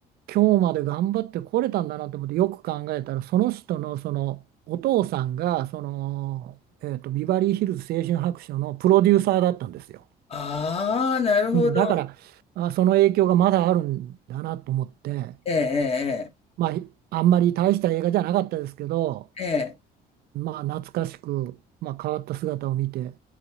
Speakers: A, on the right; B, on the left.
A: く今日まで頑張ってこれたんだなと思ってよく考えたらその人のそのお父さんがその、えーと、ビバリーヒルズ青春白書のプロデューサーだったんですよ。
B: ああ、なるほど。
A: うんだからあその影響がまだあるんだなと思って
B: ええ、
A: まああんまり大した映画じゃなかったですけど
B: ええ、ええ、
A: まあ懐かしく、まあ、変わった姿を見て